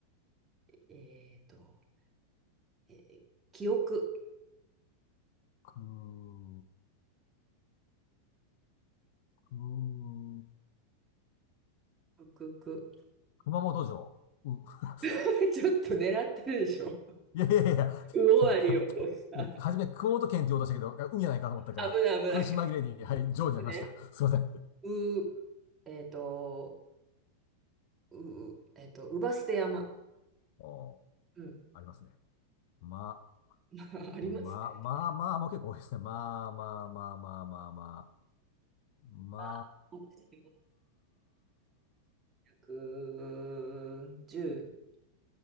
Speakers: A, on the right; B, on the left.
A: えっと、えー記憶、
B: く、く、
A: くく。
B: 熊本城。う、<laughs>
A: <laughs> ちょっと狙ってるでしょ。
B: いやいやいやいや、
A: う終わりをさ、
B: <laughs> いや、初め熊本県って言おうとしたけど、いや運やないかと思ったから、
A: 危ない危ない。
B: 苦し紛れに、はい、城になりました。
A: ね、
B: すいません。
A: う、えっと、う、えっと、うばすて山。
B: おー、
A: うん
B: ありますね。ま、
A: <laughs> ありますね。
B: ま、ままあまあも結構多いですね。まあまあまあまあまあまあ。ま
A: あ、そうですよ。119。<laughs>